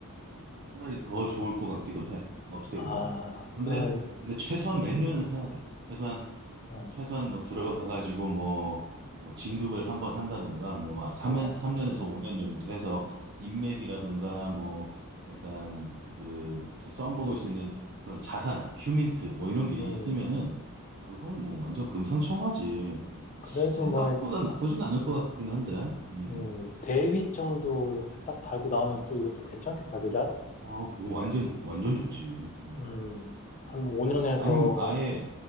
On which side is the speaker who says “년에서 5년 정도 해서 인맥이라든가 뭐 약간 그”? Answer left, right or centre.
Right